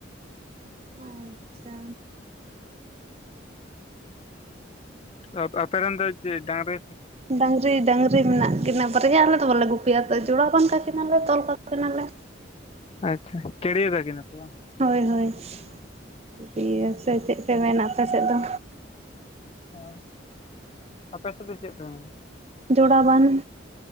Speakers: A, on the right; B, on the left.
A: ᱟᱪᱪᱷᱟ᱾
B: ᱟᱯᱮ ᱟᱯᱮ ᱨᱮᱱ ᱫᱚ ᱪᱮᱫ ᱰᱟᱹᱝᱨᱤ
A: ᱰᱟᱝᱨᱤ ᱰᱟᱹᱝᱨᱤ ᱢᱮᱱᱟᱜ ᱠᱤᱱᱟᱹ ᱵᱟᱨᱭᱟ ᱟᱞᱮ ᱫᱚ ᱵᱟᱞᱮ ᱜᱩᱯᱮᱭᱟ, ᱡᱚᱲᱟᱣ ᱵᱟᱱ ᱠᱟᱠᱤᱱᱟᱞᱮ ᱛᱚᱞ ᱠᱟᱠᱤᱱᱟᱞᱮ᱾
B: ᱟᱪᱪᱷᱟ, ᱪᱟᱹᱲᱭᱟᱹᱣ ᱠᱟᱠᱤᱱᱟ ᱯᱮ ᱵᱟᱝ?
A: ᱦᱳᱭ ᱦᱳᱭ <inaudible> ᱥᱮ ᱪᱮᱫ ᱯᱮ ᱢᱮᱱᱟ ᱟᱯᱮ ᱥᱮᱫ ᱫᱚ?
B: ᱚ ᱟᱯᱮ ᱥᱮᱫ ᱫᱚ ᱪᱮᱫ ᱯᱮ ᱢᱮᱱᱟ?
A: ᱡᱚᱲᱟ ᱵᱟᱱ᱾